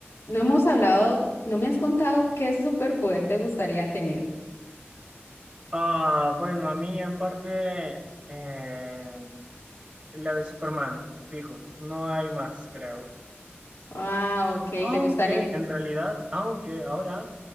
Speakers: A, on the left; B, on the right.
A: no hemos hablado, no me has contado qué superpoder te gustaría tener.
B: Ah, bueno, a mí en parte eh, la de Superman, fijo, no hay más, creo.
A: Ah, ok,
B: Aunque
A: te gustaría.
B: en realidad, aunque ahora,